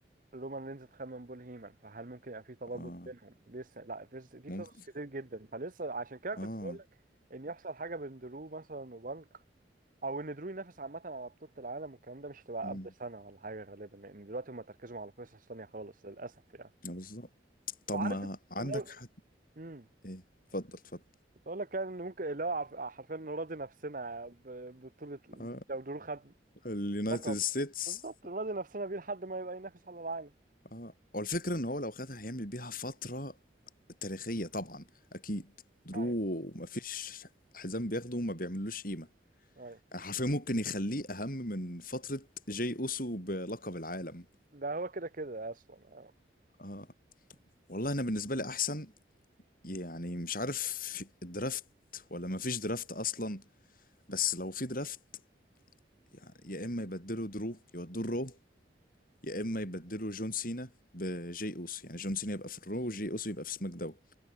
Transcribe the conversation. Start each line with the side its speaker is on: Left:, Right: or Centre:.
Right: رومان رينز اتخان من بول هيمن فهل ممكن يبقى في ترابط
Left: اه
Right: بينهم لسه لا في في
Left: ممكن
Right: قصص كتير جدا فلسه عشان كده كنت
Left: اه
Right: بقول لك ان يحصل حاجة بين درو مثلا وبنك او ان درو ينافس عامة على بطولة العالم والكلام ده مش هتبقى
Left: مم.
Right: قبل سنة ولا حاجة غالبا لان دلوقتي هم تركزوا على قصص تانية خالص للأسف يعني
Left: آه، بالظبط طب
Right: فعارف
Left: ما عندك
Right: انا
Left: حد
Right: امم
Left: ايه اتفضل اتفضل
Right: بقول لك يعني ان ممكن اللي هو عارف- حرفيا نراضي نفسنا ب- بطولة
Left: آه.
Right: لو درو خد
Left: اليونايتد
Right: لقب
Left: ستيتس
Right: بالظبط نراضي نفسنا بيه لحد ما يبقى ينافس على العالم
Left: اه هو الفكرة ان هو لو خدها هيعمل بيها فترة تاريخية طبعا اكيد درو
Right: ايوه
Left: مفيش حزام بياخده وما بيعملوش قيمة
Right: ايوه
Left: يعني حرفيا ممكن يخليه اهم من فترة جاي اوسو بلقب العالم
Right: ده هو كده كده اصلا اه
Left: اه والله انا بالنسبه لي احسن يعني مش عارف في الدرافت ولا ما فيش درافت اصلا بس لو في درافت يعني يا اما يبدلوا درو يودوه الرو يا اما يبدلوا جون سينا بجي اوسو يعني جون سينا يبقى في الرو وجي اوسو يبقى في سماك داون